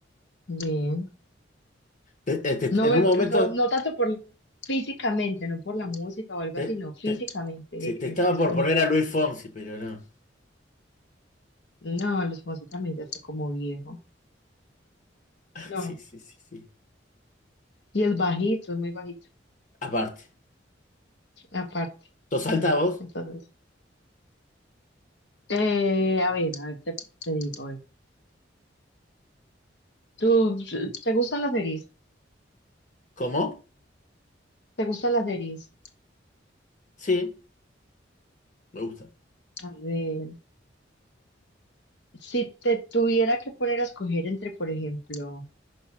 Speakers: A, on the left; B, on the left.
A: bien.
B: Te- eh, te-
A: No
B: en
A: me,
B: un momento
A: no, no tanto por físicamente, no por la música o algo
B: te,
A: así, no, físicamente
B: te, sí, te estaba
A: e- es,
B: por
A: bonito.
B: poner a Luis Fonsi, pero no.
A: No, los Fonsi también ya está como viejo.
B: <laughs>
A: No.
B: Sí, sí, sí, sí.
A: Y es bajito, es muy bajito.
B: Aparte.
A: Aparte,
B: ¿Sos
A: sí.
B: alta vos?
A: Entonces, eh, a ver, a ver, te, te digo, a ver. ¿Tú, te gustan las series?
B: ¿Cómo?
A: ¿Te gustan las series?
B: Sí, me gusta.
A: A ver, si te tuviera que poner a escoger entre, por ejemplo,